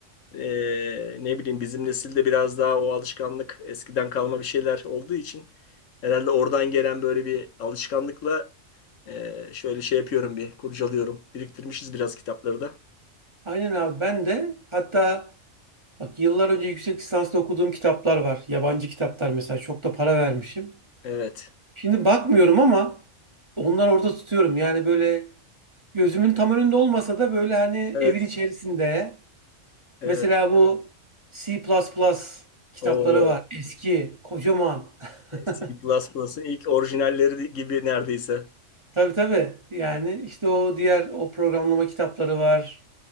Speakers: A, on the left; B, on the right.
A: Ee, ne bileyim bizim nesilde biraz daha o alışkanlık eskiden kalma bir şeyler olduğu için herhalde oradan gelen böyle bir alışkanlıkla e, şöyle şey yapıyorum bir kurcalıyorum. Biriktirmişiz biraz kitapları da.
B: Aynen abi ben de hatta bak yıllar önce yüksek lisansta okuduğum kitaplar var. Yabancı kitaplar mesela çok da para vermişim.
A: Evet.
B: Şimdi bakmıyorum ama onları orada tutuyorum. Yani böyle gözümün tam önünde olmasa da böyle hani
A: Evet.
B: evin içerisinde.
A: Evet.
B: Mesela bu C++ kitapları
A: O
B: var. Eski, kocaman. <laughs>
A: C++'ın ilk orijinalleri gibi neredeyse.
B: Tabii tabii. Yani işte o diğer o programlama kitapları var.